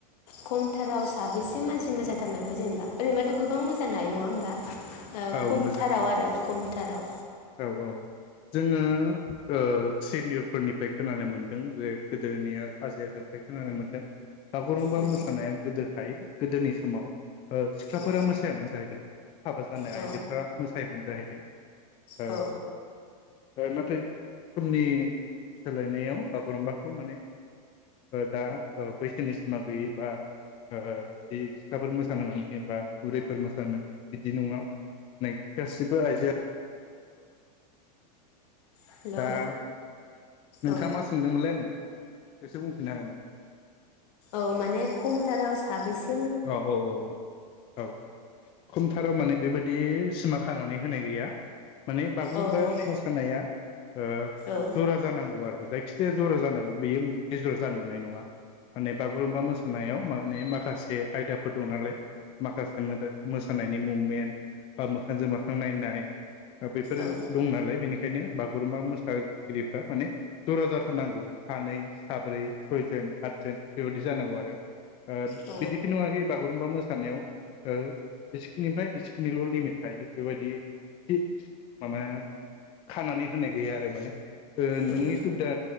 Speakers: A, on the left; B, on the left.
A: खमथाराव साबैसे मानसि मोसाथारनांगौ जेनेबा ओरैनोबाथ गोबां मोसानो हायो नङा होमबा? ओ
B: औ
A: खमथाराव
B: मोजां
A: आरो खमथा थाराव
B: औ औ। जोङो ओ सिनियरफोरनिफ्राय खोनानो मोन्दों जे गोदोनिया हाजै आजोंफ्राय खोनानो मोन्दों बागुरुमबा
A: उम
B: मोसानाया गोदोरखाय गोदोनि समाव ओ सिख्लाफोरा
A: औ
B: मोसायामोन जाहैदों बेखौ हाबा जानाय
A: औ
B: आइजोफोरा मोसायोमोन जाहैदों। <unintelligible> ओ
A: औ
B: ओ नाथाय समनि सोलायनायाव बागुरुम्बाखौ माने ओ दा ओ बैसोनि सिमा गैयि बा ओ बिदि सिख्लाफोर मोसानो मोनि बा बुरैफोर मोसानो मोनि बिदि नङा। नै गासिबो आइजोआ
A: हेलौ
B: दा नोंथाङा
A: औ
B: मा सोंदोंमोनलाय आं इसे बुंफिनो हागोन नामा।
A: औ माने खमथाराव साबैसे।
B: औ औ औ औ औ औ खमथाराव माने बेबायदि सिमा खानानै होनाय गैया माने बागुरुम्बाया
A: औ अ
B: मोसानाया ओ
A: औ
B: जरा जानांगौ आरो जायखि एसे जर जानांगौ बेयो बे जर जानो मोननाय नङा। माने बागुरुम्बा मोसानायाव माने माखासे। जे आयदाफोर दं नालाय। माखासे मोदो मोसानायनि मुभमेन्ट बा मोखांजों मोखां नायनाय। बेफोरो
A: औ
B: दं नालाय बेनिखायनो बा। बागुरुम्बा मोसागिरिफ्रा माने जरा जार फोरनांगौ सानै साब्रै सयजोन आदजोन बेबादि जानांगौ आरो। बिदिखि
A: अ
B: नङााखि बागुरुम्बा मोसानायाव ओ इसिखिनिफ्राय एसेखिनिल लिमिट थायो बेबायदि थि माबा खानानै होनाय गैया आरो माने नोंनि
A: औ अ
B: सुबिदा